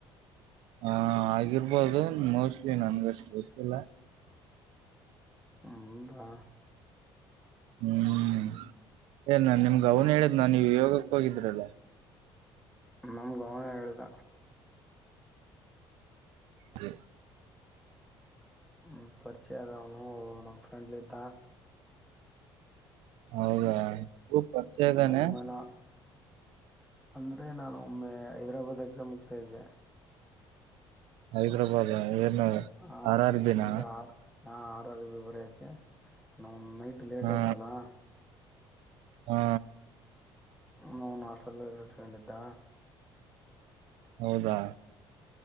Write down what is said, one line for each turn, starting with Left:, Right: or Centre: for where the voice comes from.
Right: ಹ ಆಗಿರ್ಬೋದು ಮೋಸ್ಟ್ಲಿ ನನ್ಗೆಷ್ಟು ಗೊತ್ತಿಲ್ಲ
Centre: ಅಂದ <unintelligible>
Right: ಹ್ಮ್ ಏ ನಾನ್ ನಿಮ್ಗ ಅವನು
Centre: ಹ್ಮ್
Right: ಹೇಳಿದ್ ನಾನ್ ನೀವ ಯೋಗಕ್ ಹೋಗಿದ್ರಲ್ಲ
Centre: ನಮ್ ಔನ್ ಹೇಳದ
Right: ಹ್ಮ <inaudible>
Centre: ಹ್ಮ ಪರಿಚಯ ಆದ ಅವನು ನಮ್ ಫ್ರೆಂಡ್ಲ ಇದ್ದ
Right: ಹೌದಾ ಊ ಪರಿಚಯ ಇದ್ದಾನೆ
Centre: ಅವನ ಅಂದ್ರೆ ನಾನು ಒಮ್ಮೆ ಹೈದರಾಬಾದ್ ಎಕ್ಸಾಮ್ ಹೋಗ್ತಾ ಇದ್ದೆ
Right: ಹೈದ್ರಾಬಾದ ಏನು
Centre: ಆ
Right: ಆರ್ ಆರ್ಬಿನ
Centre: ಇದು ಆರ್ ಹಾ ಆರ್ ಆರ್ ಬಿ ಬರಯಾಕೆ ನ ನೈಟ್ ಲೇಟ್
Right: ಹಾ
Centre: ಆಯ್ತಲ್ಲಾ
Right: ಹಾ
Centre: ನ ಅವನ್ ಹಾಸ್ಟೆಲ್ಲ್ಲಿ ಇಟ್ಸ್ ಕಂಡಿತ
Right: ಹೌದಾ